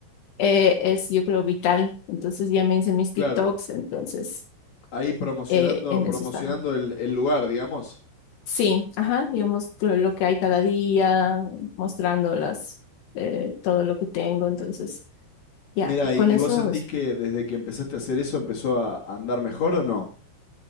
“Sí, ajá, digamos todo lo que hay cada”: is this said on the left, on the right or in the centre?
Left